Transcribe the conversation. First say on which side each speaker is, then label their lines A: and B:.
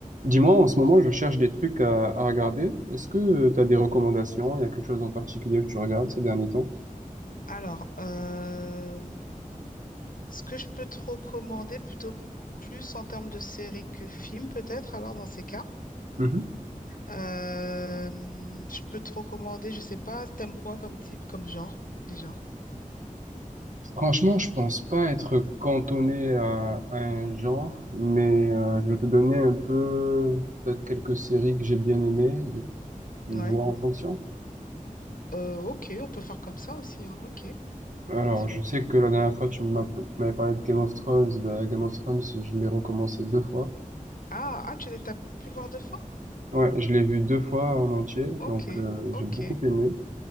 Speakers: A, on the right; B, on the left.
A: Dis-moi, en ce moment, je cherche des trucs à, à regarder. Est-ce que tu as des recommandations? Il y a quelque chose en particulier que tu regardes ces derniers temps?
B: Alors, euh, ce que je peux te recommander, plutôt plus en termes de série que film, peut-être, alors dans ces cas,
A: Mhm.
B: euh, je peux te recommander, je sais pas, t'aimes quoi comme type, comme genre, déjà?
A: Franchement, je pense pas être cantonné à, à un genre, mais euh, je vais te donner un peu, peut-être quelques séries que j'ai bien aimées, et tu
B: Ouais.
A: vois en fonction.
B: Euh, ok, on peut faire comme ça aussi, hein. Ok,
A: Alors,
B: dis-moi.
A: je sais que la dernière fois, tu m'as- tu m'avais parlé de Game of Thrones. Bah, Game of Thrones, je l'ai recommencé deux fois.
B: Ah, ah, tu l'as- t'as pu le voir deux fois?
A: Ouais, je l'ai vu deux fois en entier,
B: Ok,
A: donc euh,
B: ok,
A: j'ai beaucoup aimé.